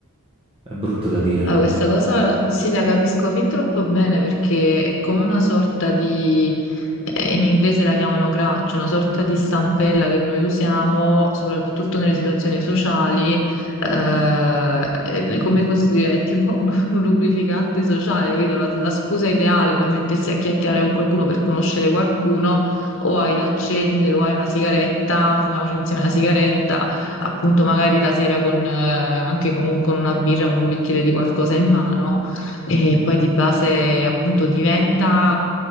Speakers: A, on the right; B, on the left.
A: È brutto da dire.
B: Ah, questa cosa sì, la capisco fin troppo bene perché è come una sorta di, eh, in inglese la chiamano crutch, una sorta di stampella che noi usiamo soprattutto nelle situazioni sociali, eh, è come posso dire, è tipo <laughs> un lubrificante sociale, capito? La, la scusa ideale per mettersi a chiacchierare con qualcuno, per conoscere qualcuno, o hai da accendere, o hai una sigaretta, fumiamoci insieme una sigaretta appunto magari la sera con, eh, anche con, con una birra, con un bicchiere di qualcosa in mano e poi di base appunto diventa...